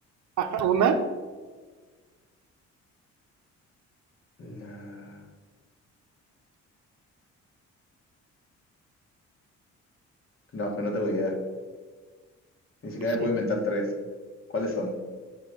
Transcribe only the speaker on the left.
La... No, pero no tengo idea. Ni siquiera me puedo
inventar tres. ¿Cuáles son?